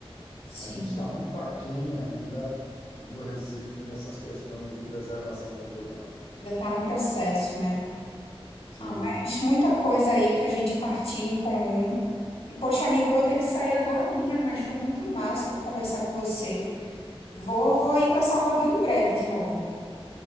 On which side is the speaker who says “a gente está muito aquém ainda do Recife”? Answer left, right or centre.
Left